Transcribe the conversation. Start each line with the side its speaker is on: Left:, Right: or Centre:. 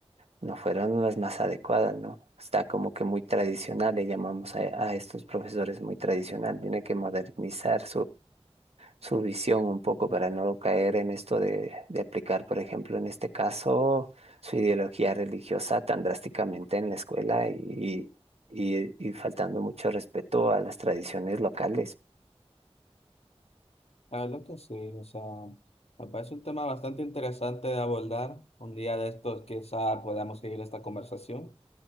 Right: no fueron las más adecuadas, ¿no? Está como que muy tradicional, le llamamos a, a estos profesores muy tradicional, tiene que modernizar su visión un poco para no caer en esto de, de aplicar, por ejemplo, en este caso, su ideología religiosa tan drásticamente en la escuela y, y, y faltando mucho respeto a las tradiciones locales.
Left: La verdad que sí, o sea, me parece un tema bastante interesante de abordar. Un día de estos quizá podamos seguir esta conversación.